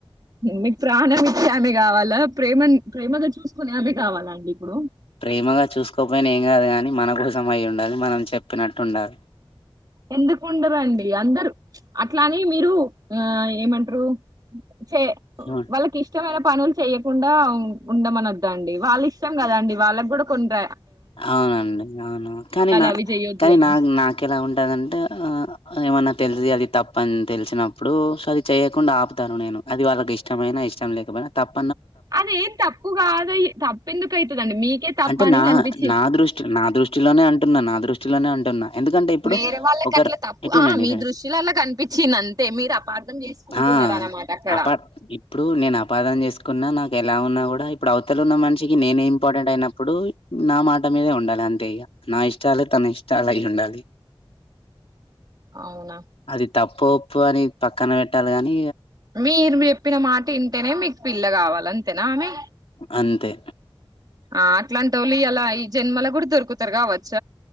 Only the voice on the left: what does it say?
ప్రేమగా చూసుకోపోయిన ఏం కాదు కాని మన కోసం అయి ఉండాలి మనం చెప్పినట్టు ఉండాలి
ఏమన్
అవునండి అవును కానీ నా
కానీ
నా నాకెలా ఉంటదండి ఆ ఏమన్నా తెలిసి అది తప్ప అని తెలిసినప్పుడు అది చెయ్యకుండా ఆపుత నేను అది వాళ్ళకి ఇష్టమైన ఇష్టం లేకపోయినా తప్
అంటే నా
నా దృష్టి నా దృష్టిలోనే అం అంటన్నా నా దృష్టిలోనే అం అంటున్నా ఎందుకంటే ఇప్పుడు
ఒకరు
ఇటనండి
ఆ
అపా ఇప్పుడు నేను అపాదన చేసుకున్నా నాకు ఎలా ఉన్నా కూడా ఇప్పుడు అవతలు ఉన్న మనిషకి నేనే ఇంపార్టెంట్ అయినప్పుడు నా మాట మీదే ఉండాలి అంతే ఇగా నా ఇష్టాలే తన ఇష్టలై ఉండాలి
అది తప్పు ఒప్పో అని పక్కన పెట్టాలి కానీ
అంతే